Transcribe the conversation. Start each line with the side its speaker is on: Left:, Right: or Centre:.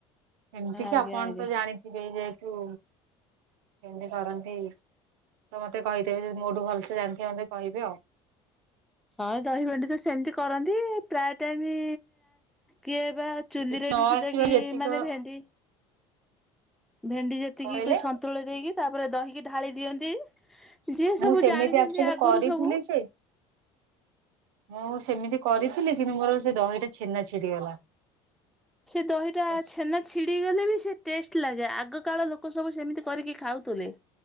Right: ଏମିତି କି
Centre: ଆଜ୍ଞା
Right: ଆପଣ
Centre: ଆଜ୍ଞା।
Right: ତ ଜାଣିଥିବେ ଯେହେତୁ କେମିତି କରନ୍ତି ତ ମତେ କହିଦେବେ ଯି ମୋଠୁ ଭଲସେ ଜାଣିଥିବେ ମତେ କହିବେ ଆଉ
Centre: ହଁ ଦହି ଭେଣ୍ଡି ତ ସେମିତି କରନ୍ତି ପ୍ରାୟ ଟାଇମ କିଏ ବା ଚୁନ୍ଦିରେ
Right: କିଛି ନ
Centre: ବି ସୁଦ୍ଧା
Right: ଆସିବ
Centre: କି
Right: ଯେତିକ
Centre: ମାନେ ଭେଣ୍ଡି ଭେଣ୍ଡି ଯେତିକି
Right: କହିଲେ
Centre: ସନ୍ତୁଳ ଦେଇକି ତାପରେ ଦହିକି ଢାଳି ଦିଅନ୍ତି। ଯିଏ ସବୁ
Right: ମୁଁ ସେମିତି
Centre: ଜାଣିଛନ୍ତି
Right: ଆକ୍ଚୁଆଲି
Centre: ଆଗରୁ
Right: କରିଥିଲି
Centre: ସବୁ।
Right: ଯେ ମୁଁ ସେମିତି କରିଥିଲି କିନ୍ତୁ ମୋର ସେ ଦହିଟା ଛେନା ଛିଡିଗଲା।
Centre: ସେ ଦହିଟା
Right: ତ
Centre: ଛେନା ଛିଡି ଗଲେ ବି ସେ ଟେଷ୍ଟ ଲାଗେ ଆଗ କାଳ ଲୋକ ସବୁ ସେମିତି କରିକି ଖାଉଥିଲେ